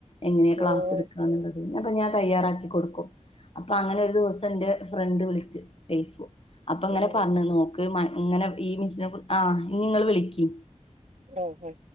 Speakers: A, on the left; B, on the right.
A: എങ്ങനെയാ ക്ലാസ്ട്ക്കന്ന്ള്ളത്
B: ഏഹ്
A: അപ്പൊ ഞാൻ തയ്യാറാക്കി കൊട്ക്കും. അപ്പൊ അങ്ങനെ ഒരു ദിവസം ന്റെ ഫ്രണ്ട് വിളിച്ച് സൈഫു. അപ്പ ഇങ്ങനെ
B: ഉം
A: പർണ് ന്നോക്ക് മൻ ഇങ്ങനെ ഈ മിസ്സിനെ കുർ ആഹ് ഇനി ഇങ്ങള് വിളിക്കി.
B: ഓഹോ